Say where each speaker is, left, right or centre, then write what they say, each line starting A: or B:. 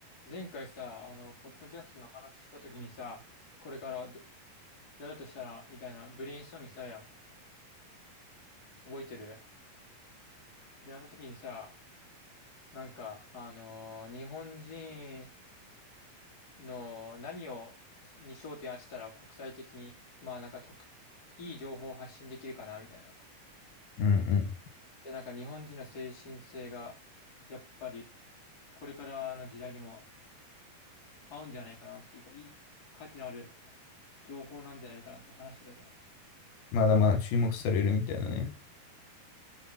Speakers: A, on the left (about 30°); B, on the left (about 85°).
A: 前回さ、あの、ポッドキャストの話したときにさ、これからどやるとしたら、みたいなブレインストーミングしたやん。覚えてるで、あの時にさ、なんか、あのー日本人の何を、に焦点当てたら国際的に、まあなんか特、いい情報を発信できるかな、みたいな。
B: うんうん。
A: で、なんか日本人の精神性が、やっぱり、これからの時代にも合うんじゃないかなっていうか、いい価値のある情報なんじゃないかなって話してたじゃん。、
B: まだまだ注目されるみたいなね。